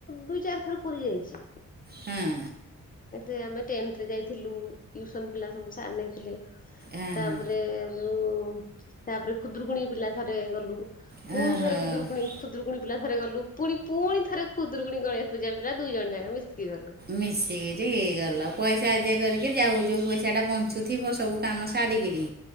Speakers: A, on the left (about 25°); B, on the right (about 30°).
A: ଦୁଇ ଚାରି ଥର ପୁରୀ ଯାଇଛି।
B: ହେଁ।
A: ଏ ଆମେ ଟେନ୍ଥରେ ଯାଇଥିଲୁ। ଟ୍ୟୁସନ୍ ପିଲା ସବୁ ସାର ନେଇଥିଲେ।
B: ହଁ
A: ତାପରେ
B: ହଁ
A: ଯୋଉ ତାପରେ ଖୁଦୁରୁକୁଣି ପିଲା ଥରେ ଗଲୁ।
B: ଓହୋ
A: ପୁଣି ଥରେ ଖୁଦୁରୁକୁଣି, ଖୁଦୁରୁକୁଣି ପିଲା ଥରେ ଗଲୁ ପୁଣି ପୁଣି ଥରେ ଖୁଦୁକୁୁଣି ଗଣେସ ପୂଜା ପିଲା ଦୁଇଜଣ ଯାକ ମିଶକି ଗଲୁ।
B: ମିଶିକିରି ଗଲା ପଇସା ଆଦାୟାକରିକି ଯାଉ। ଯୋଉ ପଇସା ଟା ବଞ୍ଚୁଥିବ ସବୁ କାମ ସାରିକିରି